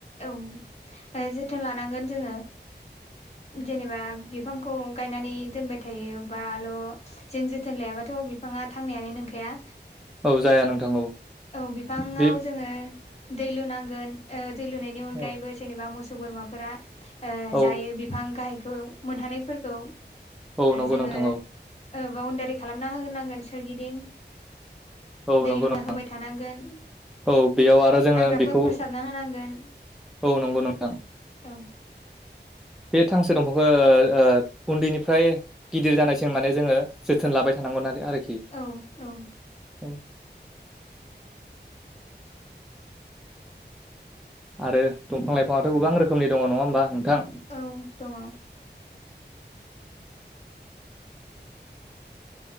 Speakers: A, on the left; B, in the centre.
A: औ जोथोन लानांगोन जोङो जेनेबा बिफांखौ गायनानै दोनबाय थायोबाल' जों जोथोन लायाबाथ' बिफाङा थांनायानो नंखाया
B: औ जाया नोंथां औ
A: औ बि बिफाङाव
B: बे
A: जोङो दै लुनांगोन दै लुनायनि अनगायैबो
B: औ
A: ज जेनेबा मोसौ बोरमाफोरा
B: औ
A: जायो बिफां गाहायखौ मोनहानायफोरखौ
B: औ नंगौ
A: जोङो
B: नोंथां औ
A: बाउणडारि खालामना होनोनांगोन सोरगिदिं
B: औ
A: दै
B: नंगौ
A: लुना
B: नों
A: होबाय थानांगोन
B: औ बेयाव आरो जोङो
A: हाग्राफोर
B: बेखौ
A: फोसाबना होनांगोन
B: औ नंगौ नोंथां
A: औ
B: बे फांसे दंफांखौ उन्दैनिफ्राय गिदिर जानायसिम माने जोङो जोथोन लाबाय थानांगोन आरो आरोखि
A: औ औ
B: औ आरो दंफां लाइफाङाथ' गोबां रोखोमनि दङ नङा होमबा नोंथां
A: औ दङ